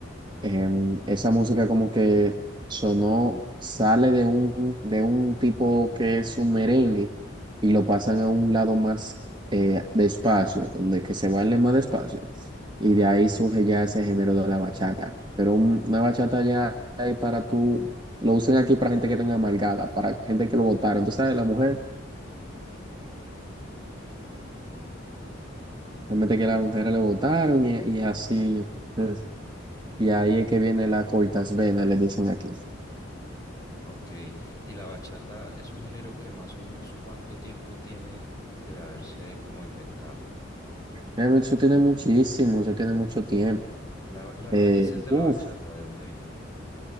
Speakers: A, on the right; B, on the left.
A: em, esa música como que sonó, sale de un, de un tipo que es un merengue y lo pasan a un lado más eh, despacio, donde que se baile más despacio. Y de ahí surge ya ese género de la bachata. Pero un- una bachata ya es para tú, lo usan aquí para gente que tenga amargada, para gente que lo votaron. Tú sabes, la mujer, realmente que las mujeres lo votaron y, y así. es. Y ahí es que viene la cortas venas, le dicen aquí.
B: Ok, y la bachata es un género que más o menos cuánto tiempo tiene de haberse como inventado.
A: Realmente eso tiene muchísimo, eso tiene mucho tiempo.
B: La- las
A: Eh,
B: raíces de
A: uf,
B: la bachata, ¿de dónde vienen?